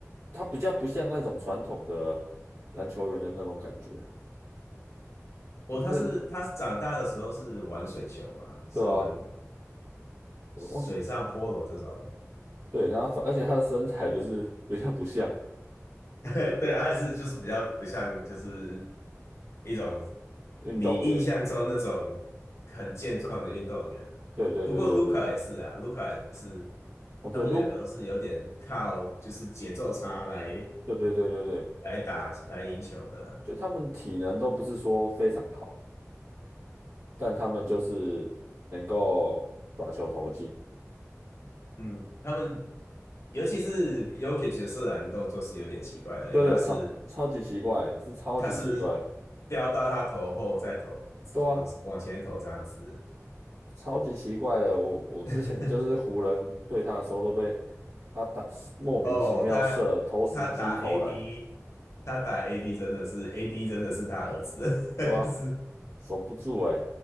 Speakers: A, on the right; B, on the left.
A: 他比较不像那种传统的篮球员的那种感觉，
B: 我他是他长大的时候是玩水球嘛，
A: 就是
B: 是玩
A: 对啊，我忘记
B: 水上菠萝这种，
A: 对，然后反而且他的身材就是 <laughs> 比较不像
B: <laughs> 对，他也是就是比较不像就是一种
A: 运动员，
B: 你印象中那种很健壮的运动员。
A: 对对对对对，
B: 不过卢卡也是啊，卢卡也是，
A: 哦对，
B: 他们两个都是有点靠就是节奏差来
A: 如对对对对对，
B: 来打来赢球的。
A: 就他们体能都不是说非常好，但他们就是能够把球投进。
B: 嗯，他们尤其是 Jokic 的射篮动作是有点奇怪的，
A: 对对，
B: 因为他是
A: 超超级奇怪的是超级奇怪，
B: 他是飙到他头后再投往往前投这样子。
A: 对啊，超级奇怪的。我我之前就是湖人对他的时候，
B: <laughs>
A: 都被他打莫名其妙射投石机投篮，
B: 哦，他他打 AD，他打 AD 真的是 AD 真的是他儿子，<laughs>
A: 对吧、
B: 就是
A: 守不住哎、